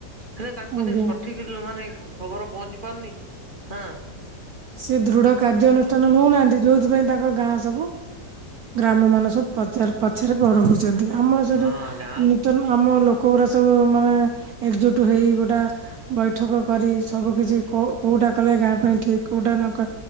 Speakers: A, on the right; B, on the right.
A: ହେଲେ ତାଙ୍କ
B: ଆଜ୍ଞା
A: କତିରେ ସଠିକ ଲ ମାନେ ଖବର ପହଞ୍ଚି ପାରୁନି ହାଁ।
B: ସିଏ ଦୃଢ କାର୍ଯ୍ୟାନୁଷ୍ଠାନ ନଉନାହାନ୍ତି ଯୋଉଥିପାଇଁ ତାଙ୍କ ଗାଁ ସବୁ ଗ୍ରାମ ମାନ ସବୁ ପଛରେ ପ ଛରେ ବଢଉଛନ୍ତି ଆମର ସେଠୁ
A: ହଁ ଗାଁ
B: ନୂତନ ଆମ ଲୋକଗୁରା ସବୁ ମାନେ ଏକଜୁଟ ହୋଇ ଗୋଟା ବୈଠକ କରି ସବୁ କିଛି କୋଉ କୋଉଟା କଲେ ଗାଁ ପାଇଁ ଠିକ କୋଉଟା ନକ